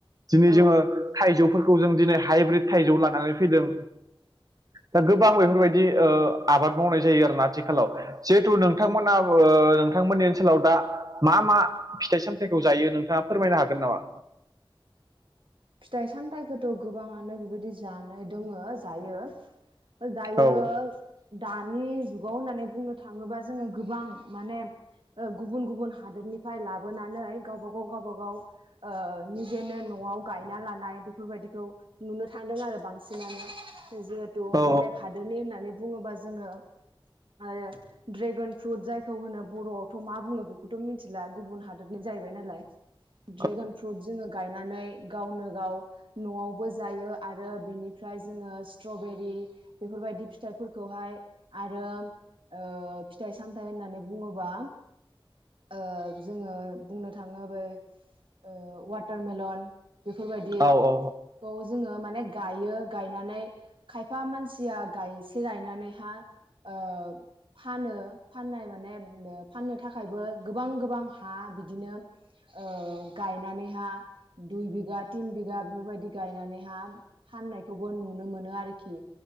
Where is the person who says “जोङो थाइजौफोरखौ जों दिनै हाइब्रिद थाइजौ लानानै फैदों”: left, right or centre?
Right